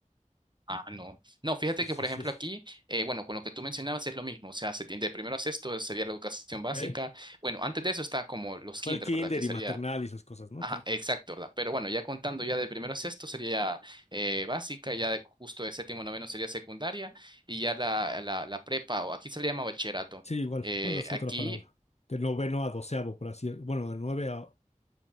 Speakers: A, on the right (about 35°); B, on the left (about 55°).
A: Ah, no. No, fíjate
B: Sí, sí,
A: que, por ejemplo,
B: sí, sí.
A: aquí, eh, bueno, con lo que tú mencionabas es lo mismo. O sea, se tiende de primero a sexto, sería la educación
B: Ok.
A: básica. Bueno, antes de eso está como los kinder,
B: Bueno, el kinder
A: ¿verdad? Que sería
B: y maternal y esas cosas, ¿no?
A: Ajá,
B: Pero
A: exacto, ¿verdad? Pero bueno, ya contando ya de primero a sexto sería eh, básica, ya de- justo de séptimo a noveno sería secundaria y ya la, la, la prepa, o aquí se le llama bachillerato.
B: sí, igual.
A: Eh,
B: Bueno, es
A: aquí,
B: otra palabra. De noveno a doceavo, por así Bueno, de nueve a